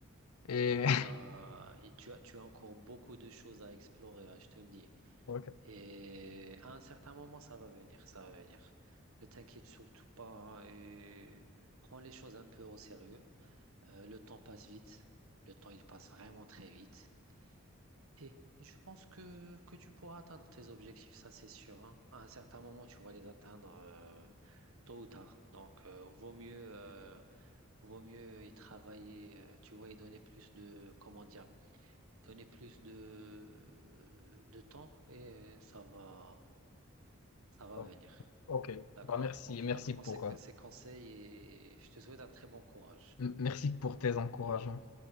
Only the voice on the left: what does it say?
Et...
<laughs>
Ok,
bon,
ok.
Bah, merci,
merci
pour,
euh,
m- merci pour tes encouragements.